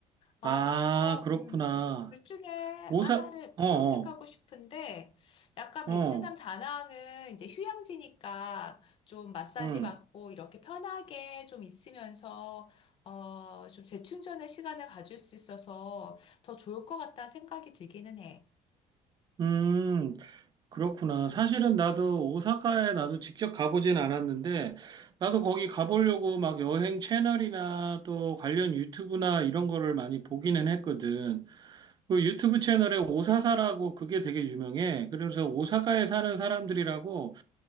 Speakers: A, on the left (about 40°); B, on the right (about 30°).
A: 어,
B: 아,
A: 그래서,
B: 그렇구나.
A: 음, 둘 중에
B: 오사,
A: 하나를
B: 어,
A: 선택하고
B: 어,
A: 싶은데, 약간
B: 어,
A: 베트남 다낭은 이제 휴양지니까 좀 마사지
B: 음,
A: 받고 이렇게 편하게 좀 있으면서, 어, 좀 재충전의 시간을 가질 수 있어서 더 좋을 것 같다는 생각이 들기는 해.
B: 음, 그렇구나. 사실은 나도 오사카에 나도 직접 가보진 않았는데, 나도 거기 가보려고 막 여행 채널이나 또 관련 유튜브나 이런 거를 많이 보기는 했거든. 그 유튜브 채널에 오사사라고 그게 되게 유명해. 그래서 오사카에 사는 사람들이라고